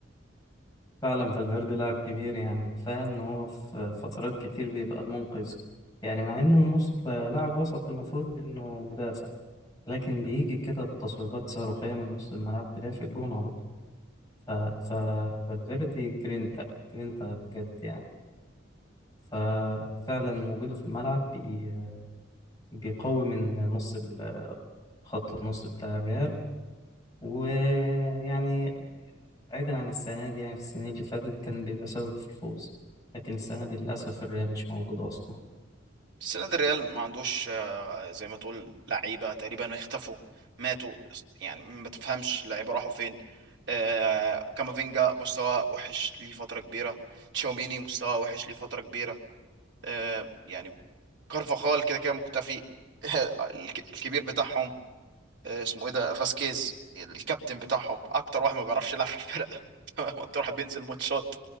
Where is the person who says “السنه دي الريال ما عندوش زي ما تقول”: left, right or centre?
Right